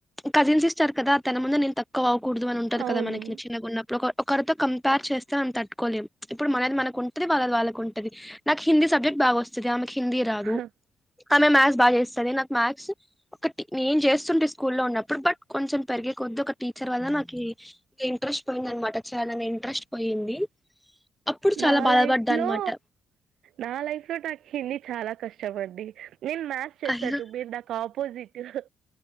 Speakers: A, in the centre; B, on the right.
A: కజిన్ సిస్టర్ కదా తన ముందు నేను తక్కువ అవ్వకూడదు అని ఉంటది
B: అవును.
A: కదా మనకి చిన్నగున్నప్పుడు ఒక కంపేర్ చేస్తే మనం తట్టుకోలేం ఇప్పుడు మనది మనకు ఉంటది వాళ్ళది వాళ్ళకు ఉంటది నాకు హిందీ సబ్జెక్ట్ బాగోస్తది ఆమెకి హిందీ రాదు
B: హ్మ్.
A: ఆమె మ్యాథ్స్ బాగా చేస్తది నాకు మ్యాథ్స్ ఒకటి నేను చేస్తుంటి స్కూల్ లో ఉన్నప్పుడు బట్ కొంచెం పెరిగే కొద్ది ఒక టీచర్ వల్ల నాకు ఇక ఇంట్రెస్ట్ పోయిందనమాట చేయాలని ఇంట్రెస్ట్ పోయింది అప్పుడు చాలా
B: నా
A: బాధపడ్డా
B: లైఫ్
A: అనమాట
B: లో నా లైఫ్ లో నాకు హిందీ చాలా కష్టం కష్టం అండి నేను మ్యాథ్స్ చేస్తా
A: అయ్యో
B: టూ మీరు నాకు ఆపోజిట్ యహ్